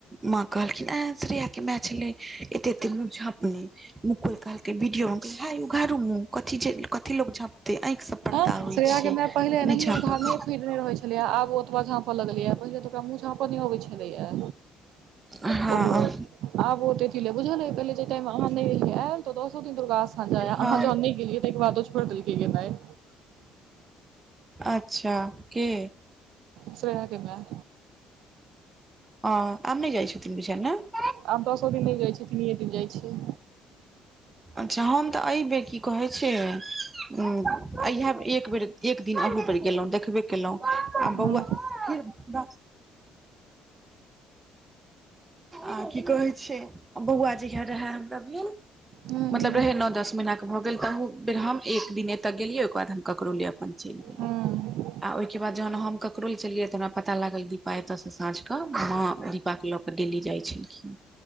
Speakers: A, on the right; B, on the right.
A: माँ कहलखिन ए श्रया के मैय छलै। कते मुंह झपने। मुकुल कहलके विडियो में हई उघारू मुंह कथी छै लोग झाँपते आँखि सब पर्दा
B: हँ
A: होइ
B: श्रेया
A: छै
B: के मैया पहिलो एनाहे
A: नहि झाँपब
B: उचारने फीरथीन। छलेा आब ओतबा झाँप लगलेएा पहिल तऽक मुंह झाँं नहि अबे छलेया।
A: हँ
B: ओ आबतेीे बुझल पे जेटाइ अह रहि आयल तऽ दसो दिन ता। साँझा आा
A: हँ
B: अहाँ जहन नै गेलिए तई के बाद ओ छोर देलके गेनाई-
A: अच्छा के।
B: श्रया के मेअ।
A: ह आब नहि जाइ छथिन न बुझाया न।
B: आब दसो दिन नै जाइ छै तीनयै दिन जाइ छै।
A: अच्छा हम तऽ ए बेेर की कहै छै, उम्म एहयै बेर एक बेर एक दिन एहि पर गेलौ देखबे केलौ आ
B: हँ।
A: बौआ हें रे बा आ की कहै छै बौआ जहिया रहै हमरा भेल
B: हूँ
A: मतलब
B: हूँ
A: रहे नौ-दस महीना के भऽ गेल तहू बेर हम एक दिन ऐता गेलियै ओय के बाद हम ककरो लिए अपन चैल गेलौ।
B: हूँ
A: आ ओयके बाद जहन हम ककरोल चलिये तऽ हमरा पता लागल दीपा एतय से साँझ के मां दीपा के ल क दिल्ली जाइ छलखिन।